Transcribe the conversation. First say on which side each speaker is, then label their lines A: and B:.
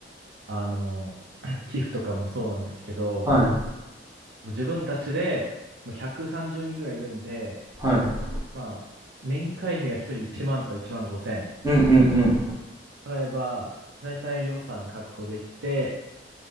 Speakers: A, on the right; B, on the right.
A: あの、<clears throat> 寄付とかもそうなんですけど、
B: はい
A: もう自分たちで、もう130人ぐらいいるんで、
B: はい
A: まあ、年会費が1人1万とか1万5千。
B: うんうん
A: 払えば、だいたい予算確保できて、